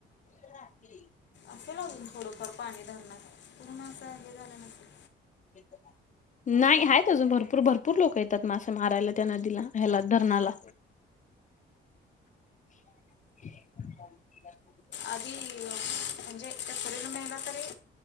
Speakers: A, on the left; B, on the left.
A: <unintelligible>
B: असेल अजून थोडंफार पाणी धरण्या पूर्ण असं हे झालं नसेल.
A: ह. नाही आहेत अजून भरपूर भरपूर लोक येतात मासे मारायला त्या नदिला ह्याला धरणाला. <unintelligible>
B: आधी म्हणजे त्या सील मेला तरी